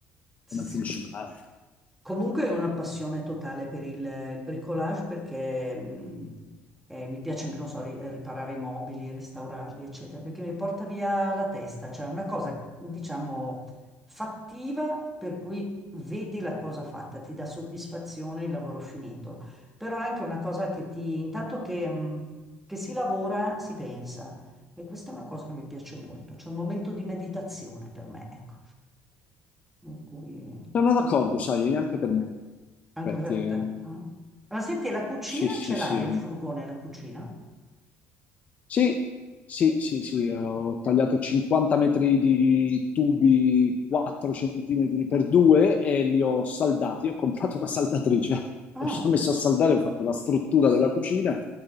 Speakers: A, in the centre; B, on the left (about 30°).
A: sì,
B: non
A: sì.
B: finisci mai.
A: Comunque è una passione totale per il, il bricolage perché mh, eh, mi piace anche, non so, ri- riparare i mobili, restaurarli, eccetera, perché mi porta via la testa, cioè una cosa, diciamo, fattiva per cui vedi la cosa fatta, ti dà soddisfazione il lavoro finito, però è anche una cosa che ti, intanto che, mh, che si lavora, si pensa e questa è una cosa che mi piace molto, c'è un momento di meditazione per me, ecco, in cui...
B: Sono d'accordo,
A: no.
B: sai, anche per me.
A: Anche
B: Infatti,
A: per
B: è
A: te.
B: un-
A: ah. Ma senti, la cucina
B: sì, sì,
A: ce
B: sì,
A: l'hai nel
B: è un-
A: furgone, la cucina?
B: Sì, sì, sì, sì, ho tagliato 50 metri di tubi 4 centimetri per 2 e li ho saldati. Ho comprato una saldatrice,
A: Ah,
B: <laughs> mi sono messo a saldare, ho fatto la struttura della cucina